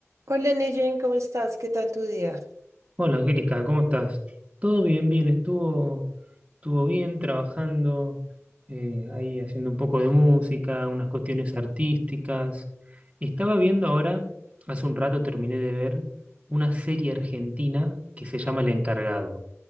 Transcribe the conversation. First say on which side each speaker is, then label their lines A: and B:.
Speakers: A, on the right; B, on the right.
A: Hola Neyen, ¿cómo estás? ¿Qué tal tu día?
B: Hola Angélica, ¿cómo estás? Todo bien, bien, estuvo, estuvo bien trabajando, eh, ahí haciendo un poco de música, unas cuestiones artísticas. Estaba viendo ahora, hace un rato terminé de ver una serie argentina que se llama El Encargado,